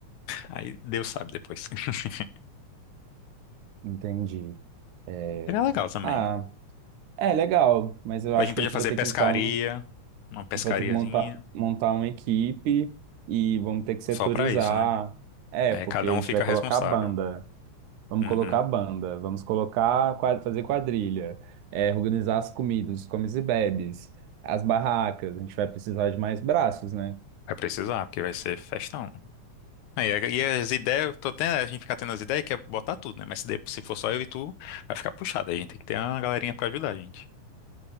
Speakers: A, on the left; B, on the right.
A: aí Deus sabe depois. <laughs>
B: Entendi. É,
A: Seria legal também.
B: Ah, É legal, mas eu acho
A: A gente
B: que
A: podia
B: a gente
A: fazer
B: vai ter
A: pescaria,
B: que então, a
A: uma pescariazinha,
B: gente vai ter que montar, montar uma equipe e vamos ter que setorizar.
A: só pra isso, né?
B: É,
A: Aí
B: porque
A: cada
B: a
A: um
B: gente
A: fica
B: vai colocar
A: responsável.
B: a banda, vamos
A: Uhum.
B: colocar a banda, vamos colocar, qua- fazer quadrilha, é, organizar as comidas, os comes e bebes, as barracas, a gente vai precisar de mais braços, né?
A: Vai precisar, porque vai ser festão. Aí, é, e as ideias, tô tendo, a gente fica tendo as ideias que é botar tudo, né? Mas se, de- se for só eu e tu, vai ficar puxado. Aí a gente tem que ter uma galerinha pra ajudar a gente.